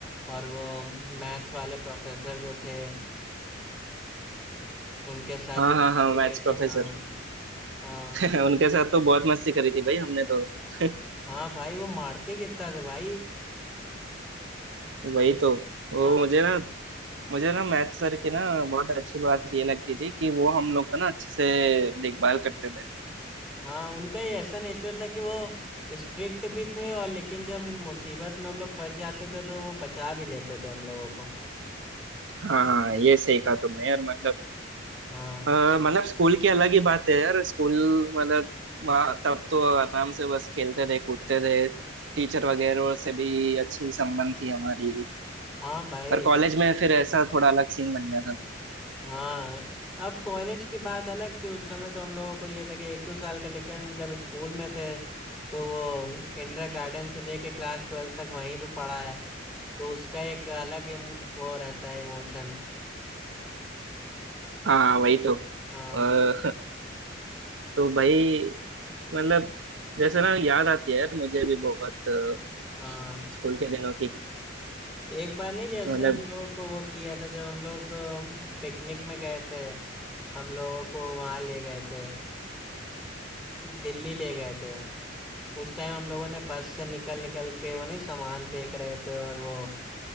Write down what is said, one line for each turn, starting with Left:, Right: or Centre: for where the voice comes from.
Centre: और वो मैथ्स वाले प्रोफेसर जो थे उनके साथ
Right: हाँ
Centre: जो मस्ती
Right: हाँ हाँ मैथ्स
Centre: करी
Right: प्रोफेसर
Centre: हाँ हाँ
Right: <laughs> उनके साथ तो बहुत मस्ती करी थी भाई हमने तो <laughs>
Centre: हाँ भाई वो मारते कितना थे भाई
Right: वही तो वो
Centre: हाँ
Right: मुझे ना मुझे ना मैथ सर की ना बहुत अच्छी बात ये लगती थी कि वो हम लोग का ना अच्छे से देखभाल करते थे
Centre: हाँ उनका ये ऐसा नेचर था कि वो स्ट्रिक्ट भी थे और लेकिन जब मुसीबत में हम लोग फंस जाते थे तो वो बचा भी लेते थे हम लोगों को
Right: हाँ हाँ ये सही कहा तुमने यार मतलब
Centre: हाँ
Right: अ, मतलब स्कूल की अलग ही बात है यार स्कूल मतलब वहाँ तब तो आराम से बस खेलते थे कूदते थे टीचर वगैरह से भी अच्छी संबंध थी हमारी
Centre: हाँ भाई
Right: पर कॉलेज में फिर ऐसा थोड़ा अलग सीन बन गया था
Centre: हाँ अब कॉलेज की बात अलग थी उस समय तो हम लोगों को ये था कि एक दो साल का लेकिन जब स्कूल में थे तो वो किंडर गार्डन से लेके क्लास ट्वेल्थ तक वहीं पे पढ़ा है तो उसका एक अलग इम- वो रहता है इमोशन
Right: हाँ वही तो
Centre: हाँ
Right: अ, <laughs> तो भाई मतलब जैसे ना याद आती है यार मुझे भी बहुत अ,
Centre: हाँ
Right: स्कूल के दिनों की
Centre: एक बार नहीं जैसे
Right: मतलब
Centre: हम लोगों को वो किया था जब हम लोग पिकनिक में गए थे हम लोगों को वहां ले गए थे अ, दिल्ली ले गए थे उस टाइम हम लोगों ने बस से निकल निकल के वो नहीं सामान फेंक रहे थे और वो